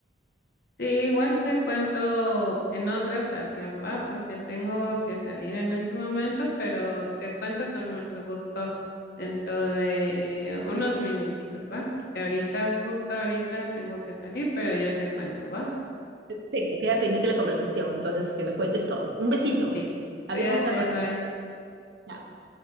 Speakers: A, on the left; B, on the right.
A: Sí, igual te cuento en otra ocasión, va, porque tengo que salir en este momento, pero te cuento con mucho gusto dentro de unos minutitos, va, porque ahorita, justo ahorita tengo que salir, pero yo te cuento, va.
B: Perfecto, queda pendiente la conversación, entonces que me cuentes todo. Un besito.
A: Sí,
B: Hablamos
A: cuídate,
B: al rato.
A: bye.
B: Chao.